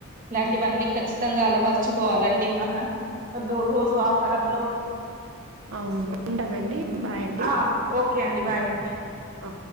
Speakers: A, on the right; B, on the right.
A: ఇలాంటివన్నీ
B: ఆ
A: ఖచ్చితంగా అలవరచుకోవాలండి మన రోజు ఆహారంలో
B: అవును ఉంటానండి
A: అల
B: బాయ్ అండి
A: ఓ ఓకే అండి బాయ్ అండి
B: ఆ